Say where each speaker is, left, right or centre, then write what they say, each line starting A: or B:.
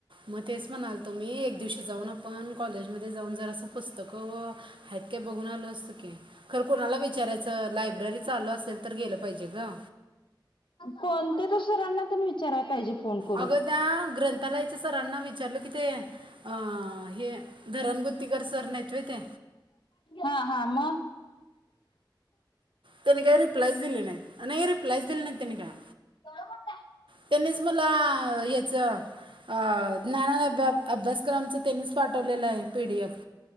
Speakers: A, on the right; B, on the left.
A: मग तेच म्हणालतो मी एक दिव <unintelligible> आपण कॉलेजमध्ये जाऊन जर असं पुस्तकं आहेत का बघून आलो अस होय की खर कोणाला विचारायचं लायब्ररी चालू असेल तर गेलं पाहिजे ग.
B: कोणत्या तर सरांना तेन विचारायला पाहिजे. फोन करून
A: अग त्या् ग्रंथ कलाच्या इथं सराना विचारल कि ते अं हे धरमगुत्तीकर सर नाहीेत व्हय ते
B: हा हा म
A: त्याने काही रिप्लायच दिली नाहीत नई रिप्लायाचं दिली नाहीत <inaudible>
B: केवढ मोठ आहे.
A: त्यांनीच मला ह्याचं अं ज्ञानाभ्या अभ्यासक्रमचं त्यानीच पाठवलेलं आहे पी डी एफ